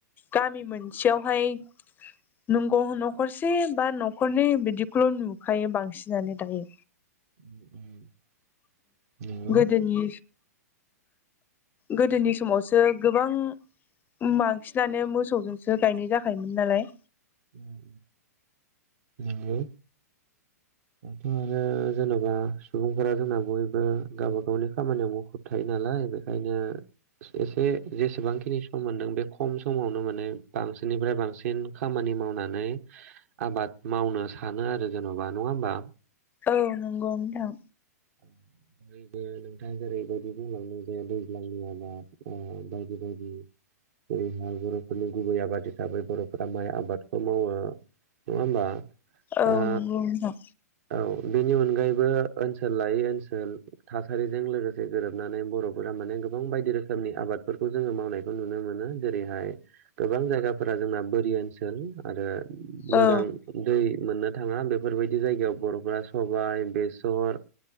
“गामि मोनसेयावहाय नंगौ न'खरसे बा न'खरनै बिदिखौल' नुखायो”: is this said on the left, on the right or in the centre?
Left